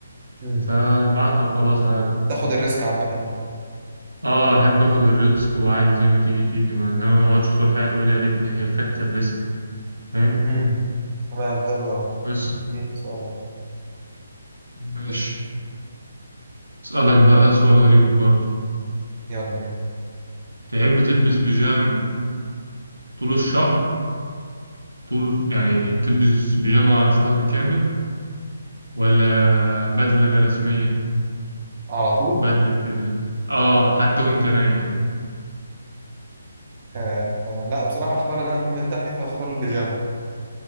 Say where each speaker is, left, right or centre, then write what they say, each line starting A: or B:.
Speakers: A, on the right; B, on the right.
A: مم.
B: فبعتها وخلاص عادي
A: تاخد الريسك عامة
B: اه احب اخد الريسك وعادي زي ما تيجي تيجي ما انما ما اقعدش طول حياتي اقول يا ريتني خدت الريسك فاهم
A: مم. تمام حلو أوي
B: بس
A: إيه سؤال حلو.
B: ماشي أسألك بقى سؤال غريب برضه
A: يلا بينا
B: تحب تلبس بيجامة طول الشهر طول يعني تلبس بيجامة شهر كامل ولا بدلة رسمية
A: على طول
B: بدلة كده اه حتى وانت نايم
A: آه آه لا بصراحة هختار إن أنا أكون مرتاح فيه فهختار البيجامة